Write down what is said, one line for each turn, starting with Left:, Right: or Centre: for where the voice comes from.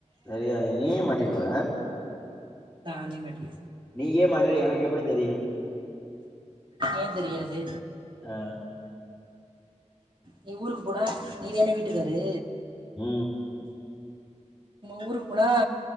Centre: சரியாது நீ மாட் டீடுவ
Right: தானே மட்டி
Centre: நீ ஏன் மாட்ற எனக்கு எப்டி தெரியு
Right: ஏ தெரியாது
Centre: ஆ
Right: நீ ஊருக்கு போனா நீ வேன வீட்டுக்காரு
Centre: உ
Right: நம்ம ஊருக்கு போனா